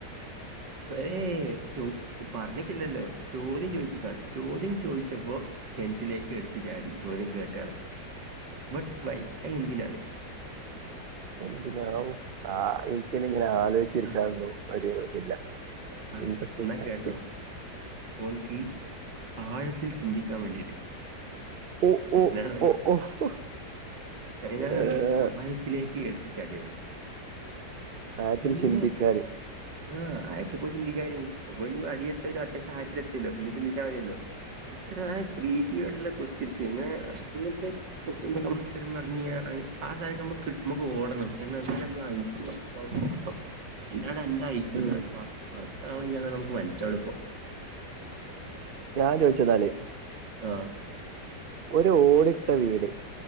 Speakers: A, on the right; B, on the right.
A: ഏഹേ ചൊ പറഞ്ഞിക്കില്ലല്ലോ ചോദ്യം ചോയ്ച്ച്ക്കാണ് ചോദ്യം ചോയ്ച്ചപ്പോ കെൺറ്റിലേക്ക് എട്ത്ത് ചാടി ചോദ്യം കേട്ടാള് ബട്ട് വൈ? അത് എന്തിനാണ്?
B: എന്തിന ഹും ആ എനിക്കിന ഇങ്ങനെ ആലോചിച്ചിരിക്കാന്നു
A: ആ
B: ഒരു ഇതില്ല
A: ആ
B: ഇൻട്രസ്റ്റിംഗ്
A: എന്നാകേട്ടോ
B: ഫാക്ട്
A: ഓർക്ക്ആഴത്തിൽ ചിന്തിക്കാൻ വേണ്ടിയിട്ട്
B: ഓ ഓ
A: ഞാനാണ്
B: ഓ ഓ
A: ഞൻ
B: ഏഹ്
A: ഇനിആഴത്തിലേക്ക് എടുത്തി ചാടിയത്
B: ആഴത്തിൽ
A: ഇങ്ങനെ
B: ചിന്തിക്കാതെ
A: ആ അയ പോയി ചിന്തിക്കാനേ അടിയെത്തും അത്യാവറശ്യം ആയത്തിൽ എത്തിയ ലോ പിന്നെ ചിന്തിച്ചാ ൽമതിയല്ലോ അത്ര ക്രിയേറ്റീവ് ആയിട്ടുള്ള ക്വസ്റ്റ്യൻസ് ഇങ്ങത്തെ ക്വസ്റ്റ്യൻസ്ഉത്തരം പറഞ്ഞ് കഴിഞ്ഞആ സാ ഓടണം കാരണം അത് നമ്മുടെ ഐറ്റുംആണ് പ്പം അല്ലാണ്ട് എൻന്റെ ഐക് യു
B: ഉം
A: വർക്കാവില്ല എന്നാ മനസിലാക്കുന്നത് പ്പം
B: ഞാൻ ചോദിച്ചെന്നാല്.
A: ആ
B: ഒരു ഓടിട്ട വീട്